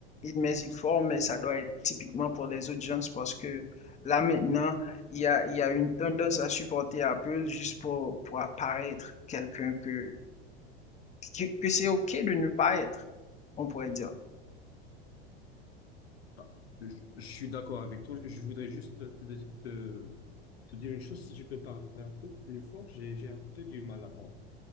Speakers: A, on the left; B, on the left.
A: mais il forme, ça doit être typiquement pour les audiences parce que là maintenant, il y a, il y a une tendance à supporter Apple juste pour, pour apparaître quelqu'un que, que, que c'est OK de ne pas être, on pourrait dire.
B: Ah, Je, je suis d'accord avec toi, je voudrais juste te, te, te dire une chose si tu peux parler un peu plus fort, j'ai j'ai un peu du mal à comprendre.